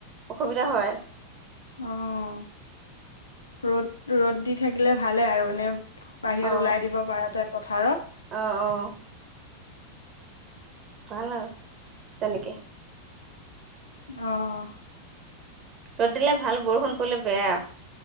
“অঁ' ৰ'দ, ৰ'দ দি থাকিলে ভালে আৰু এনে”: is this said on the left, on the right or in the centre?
Left